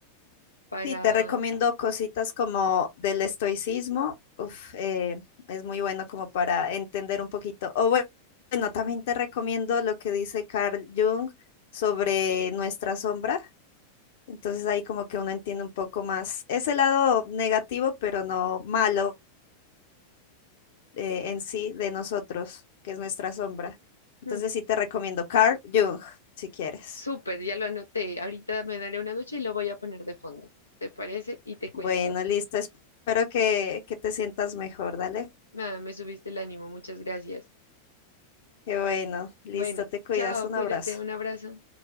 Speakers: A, on the left; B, on the left.
A: para,
B: Sí, te recomiendo cositas como del estoicismo. Uf, eh, es muy bueno como para entender un poquito. O bue- bueno, también te recomiendo lo que dice Carl Jung sobre nuestra sombra. Entonces ahí como que uno entiende un poco más ese lado negativo, pero no malo eh, en sí de nosotros, que es nuestra sombra. Entonces
A: ujú.
B: sí te recomiendo Carl Jung, si quieres.
A: Súper, ya lo anoté. Ahorita me daré una ducha y lo voy a poner de fondo. ¿Te parece? Y te
B: Bueno,
A: cuento.
B: listo. Espero que, que te sientas mejor. Dale.
A: Nada, me subiste el ánimo, muchas gracias.
B: Qué bueno, listo,
A: Bueno,
B: te cuidas,
A: chao,
B: un
A: cuídate,
B: abrazo.
A: un abrazo.